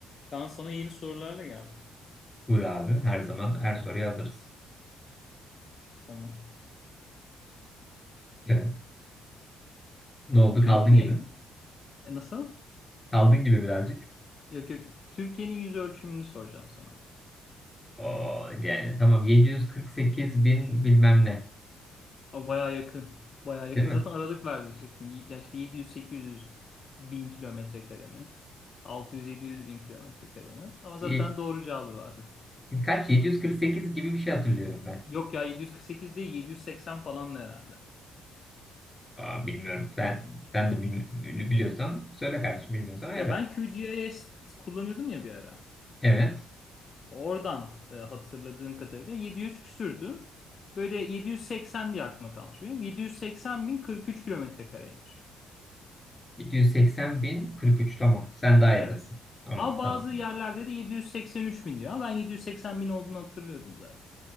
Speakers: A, on the left; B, on the left.
A: Kaan sana yeni sorularla geldim.
B: Buyur abi. Her zaman her soruya hazırız.
A: Tamam.
B: Evet. Ne oldu?
A: Türkiye'nin
B: Kaldın gibi.
A: e, nasıl?
B: Kaldın gibi birazcık.
A: Yok yok. Türkiye'nin yüz ölçümünü soracağım sana.
B: Oo, yani tamam 748 bin bilmem ne.
A: Aa, bayağı yakın. Bayağı yakın.
B: Değil mi?
A: Zaten aralık verdirecektim. Y- Ya işte 700-800 bin kilometre kare mi? 600-700 bin kilometre kare mi? Ama
B: Y-
A: zaten doğru cevabı verdin.
B: Kaç? 748 gibi bir şey hatırlıyorum ben.
A: Yok ya 748 değil 780 falan da herhalde.
B: Aa, bilmiyorum. Sen sen de bil- biliyorsan söyle kardeşim. Bilmiyorsan ayrı.
A: Ya ben QGIS kullanıyordum ya bir ara.
B: Evet.
A: Oradan e, hatırladığım kadarıyla 700 küsürdü. Böyle 780 diye aklıma kalmış benim. 780 bin 43 kilometre kareymiş.
B: 780 bin 43 tamam. Sen daha yakınsın.
A: Evet.
B: Tamam
A: Ama bazı
B: tamam.
A: yerlerde de 783 bin diyor. Ama ben 780 bin olduğunu hatırlıyordum zaten.